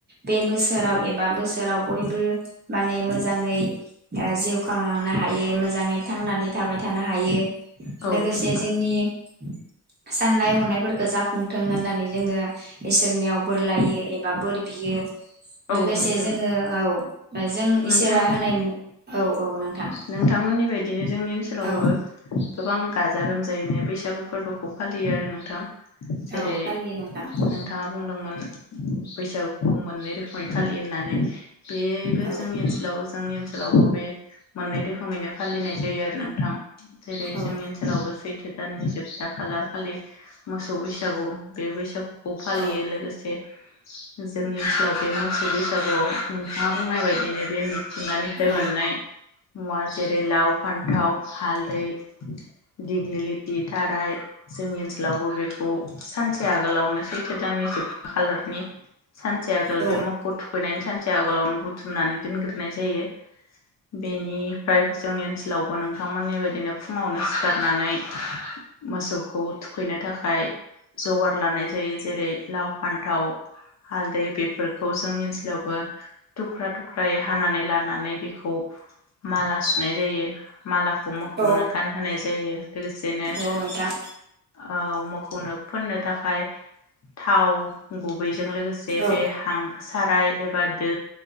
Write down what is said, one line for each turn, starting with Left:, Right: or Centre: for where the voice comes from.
Right: बे बोसोराव एबा बोसोराव बयबो माने मोजाङै जिउ ओ खांलांनो हायो मोजाङै थांनानै थाबाय थानो हायो।
Left: औ
Right: लोगोसे
Left: नोंथां
Right: जोंनि <inaudible> साननाय हनायफोरखौ जाफुंथों होननानै जोंङो इसोरनियाव बोर लायो एबा बोर बियो।
Left: औ
Right: लोगोसे
Left: नोंथां
Right: जोङो औ जों
Left: नोंथां
Right: इसोरा होनाय औ औ नोंथां
Left: नोंथांमोननि बायदिनो जोंनि ओनसोलावबो
Right: औ
Left: गोबां गाजा गोमजायैनो बैसागु फोरबोखौ फालियो आरो नोंथां। जेरै
Right: औ फालियो नोंथां
Left: नोंथाङा बुंदोंमोन बैसागुखौ मोननै रो सय फालि होननानै। बेबो
Right: औ
Left: जोंनि ओनसोलाव जोंनि ओनसोलावबो बे मोननै रोखोमैनो फालिनाय जायो आरो नोंथां। जेरै
Right: औ
Left: जोंनि ओनसोलावबो सैथो दाननि जोबथा खालार खालि मोसौ बैसागु बे बैसागु खौ फालियो
Right: औ
Left: लोगोसे जोंनि ओनसोलाव बे मोसौ बैसागुआव नोंथाङा बुंनाय बायदिनो बे मिथिंगानिफ्राय
Right: औ
Left: मोननाय मुवा जेरै लाव फान्थाव हालदै दिगलिलि ति थाराय जोंनि ओनसोलावबो बेखौ सानसे आगोलावनोसै दाननि जोबथा खालारनि सानसेया
Right: औ
Left: बे मोखौ थुखै नायनि सानसेया आगोलावनो बुथुमनानै दोनग्रोनाय जायो। बेनिफ्राय जोंनि ओन सोलावबो नोंथांमोननि बायदिनो फुंङावनो सिखारनानै मोसौखौ थुखैनो थाखाय जगार लानाय जायो जेरै लाव फान्थाव हालदै बे फोरखौ जोंनि ओनसोलावबो थुख्रा-थुख्रायै हानानै लानानै बेखौ माला सुनाय जायो। मालाखौ मोखौनो
Right: औ नोंथां औ
Left: गानहोनाय जायो लोगोसेनो
Right: औ नोंथां
Left: औ मोखौनो फोननो थाखाय थाव गुबै जों लोगोसे बे
Right: औ
Left: हा साराय एबा दो